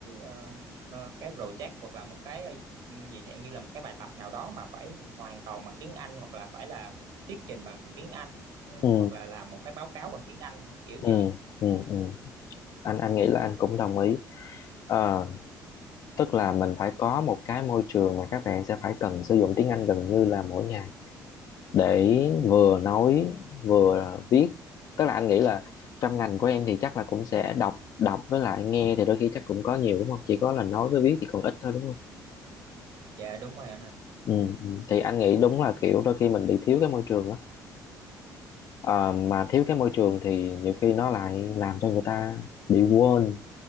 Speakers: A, on the right (about 75°); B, on the left (about 50°).
A: ờ, ờ, cái project hoặc là một cái ờ, dạng như là một cái bài tập nào đó mà phải hoàn toàn bằng tiếng Anh hoặc là phải là thuyết trình bằng tiếng Anh
B: ừ
A: hoặc là làm một cái báo cáo bằng tiếng Anh kiểu
B: ừ
A: vậy.
B: ừ ừ anh anh nghĩ là anh cũng đồng ý Ờ, tức là mình phải có một cái môi trường mà các bạn sẽ phải cần sử dụng tiếng Anh gần như là mỗi ngày để vừa nói vừa viết tức là anh nghĩ là trong ngành của em thì chắc là cũng sẽ đọc đọc với lại nghe thì đôi khi chắc cũng có nhiều đúng không chỉ có là nói với viết thì còn ít thôi đúng không
A: Dạ đúng rồi anh ơi.
B: ừ, ừ. thì anh nghĩ đúng là kiểu đôi khi mình bị thiếu cái môi trường Ờ, mà thiếu cái môi trường thì nhiều khi nó lại làm cho người ta bị quên